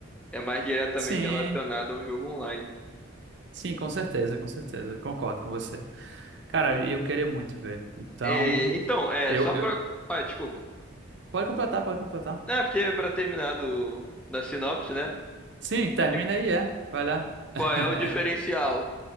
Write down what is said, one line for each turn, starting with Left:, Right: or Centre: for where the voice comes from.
Centre: É mais diretamente
Right: Sim,
Centre: relacionado a um jogo online.
Right: sim, com certeza, com certeza. Concordo com você. Cara, e eu queria muito ver. Então,
Centre: É, então, é,
Right: eu,
Centre: só
Right: eu...
Centre: pra... Ah, desculpa.
Right: Pode completar, pode completar.
Centre: É, porque para terminar do, da sinopse, né?
Right: Sim, termina
Centre: que-
Right: aí, é. Vai lá.
Centre: Qual
Right: <laughs>
Centre: é o diferencial?